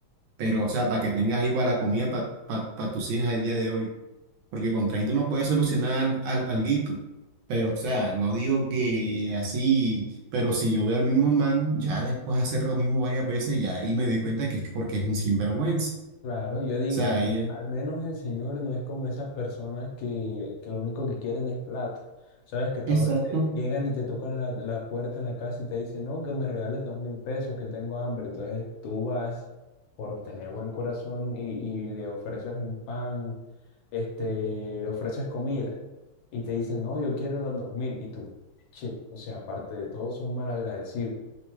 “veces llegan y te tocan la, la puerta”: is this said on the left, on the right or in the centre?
Left